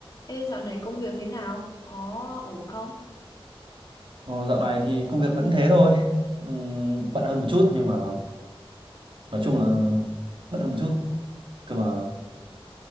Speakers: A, on the left; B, on the right.
A: Ê, dạo này công việc thế nào? Có ổn không?
B: Ồ, dạo này thì công việc vẫn thế thôi. Ừm, bận hơn một chút nhưng mà nói chung là bận hơn một chút. Cơ mà